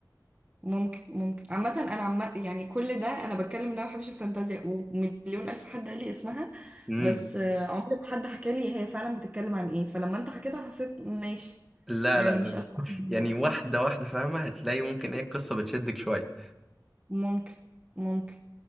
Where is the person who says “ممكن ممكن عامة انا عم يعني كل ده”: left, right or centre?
Right